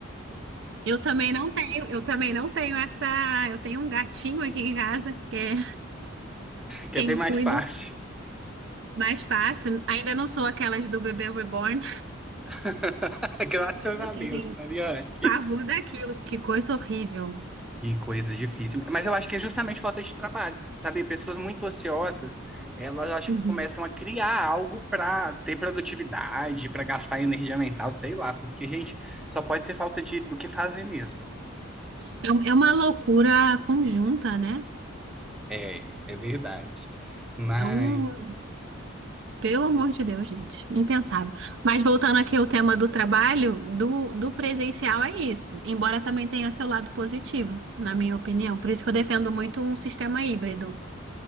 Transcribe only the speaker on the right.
Eu também não tenho, eu também não tenho essa. Eu tenho um gatinho aqui em casa que é
quem
eu
cuido.
Mais fácil. Ainda não sou aquelas do bebê reborn.
Mas
assim,
tem
pavor daquilo. Que coisa horrível.
Uhum.
É, um- é uma loucura conjunta, né?
É um... Pelo amor de Deus, gente. Impensável. Mas voltando aqui ao tema do trabalho, do, do presencial é isso. Embora também tenha seu lado positivo, na minha opinião. Por isso que eu defendo muito um sistema híbrido.